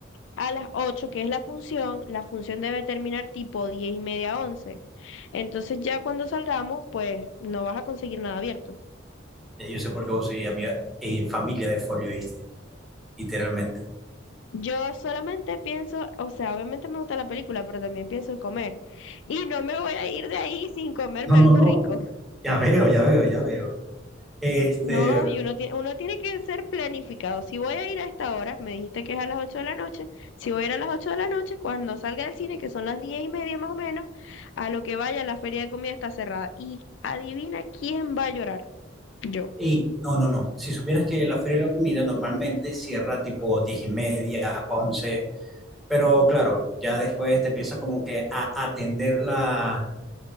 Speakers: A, on the left (about 65°); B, in the centre.
A: a las 8 que es la función, la función debe terminar tipo 10 y media, once Entonces ya cuando salgamos, pues no vas a conseguir nada abierto.
B: ya yo sé por qué vos sois amiga y familia de Folio, ¿viste? Literalmente.
A: Yo solamente pienso, o sea, obviamente me gusta la película, pero también pienso en comer. Y no me voy a ir de ahí sin comerme
B: No, no,
A: algo
B: no.
A: rico. <laughs>
B: Ya veo, ya veo, ya veo. Este,
A: No, y uno tiene, uno tiene que ser planificado. Si voy a ir a esta hora, me dijiste que es a las 8 de la noche, si voy a ir a las 8 de la noche, cuando salga del cine, que son las 10 y media más o menos, a lo que vaya, la feria de comida está cerrada. Y adivina quién va a llorar. Yo.
B: y no, no, no. Si supieras que la Feria de la Comida normalmente cierra tipo 10 y media, 11, pero claro, ya después te empiezan como que a atender la,